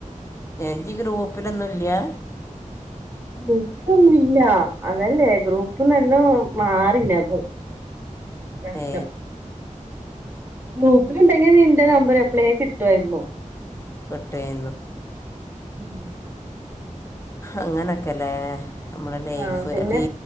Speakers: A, on the left; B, on the right.
A: ഏ ഇജ്ജ് ഗ്രൂപ്പിലൊന്നുംല്ല്യാ
B: ഗ്രൂപ്പൊന്നുംല്ലാ അതല്ലേ ഗ്രൂപ്പ്ന്നല്ലാം മാറില്ലത് പ്രശ്നം
A: ഏ
B: ഗ്രൂപ്പിലുണ്ടെങ്കി നീ നിന്റെ നമ്പര് എപ്ലെ കിട്ടുവായിരുന്നു
A: പെട്ടെന്നു
B: ഉം
A: അങ്ങനൊക്കെല്ലേ നമ്മളെ ലൈഫ്
B: ആ പിന്നെ
A: ടീ